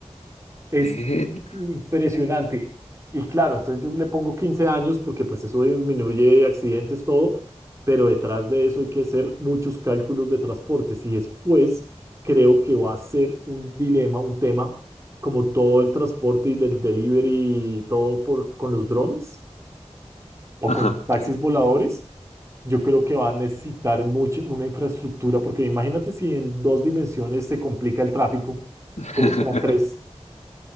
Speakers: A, on the right (about 25°); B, on the left (about 80°).
A: Es
B: Eh,
A: impresionante. Y claro, entonces yo le pongo 15 años porque pues eso disminuye accidentes, todo, pero detrás de eso hay que hacer muchos cálculos de transportes y después creo que va a ser un dilema, un tema, como todo el transporte y del delivery y todo por, con los drones o
B: ajá,
A: con los taxis
B: te ju-
A: voladores. Yo creo que va a necesitar mucho una infraestructura porque imagínate si en dos dimensiones se complica el tráfico,
B: <laughs>
A: ¿cómo serán tres?